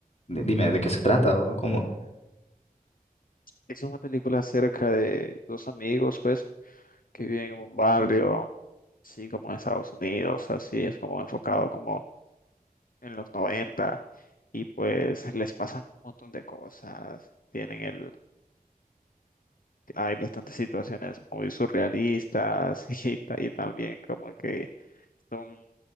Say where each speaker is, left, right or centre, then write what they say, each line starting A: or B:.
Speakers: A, on the left; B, on the left.
A: D- Dime, ¿de qué se trata o cómo?
B: Es una película acerca de dos amigos pues que viven en un barrio, así como en Estados Unidos, así es como enfocado como en los 90 y pues les pasan un montón de cosas. Tienen el hay bastantes situaciones muy surrealistas <laughs> y, ta- y también como que son-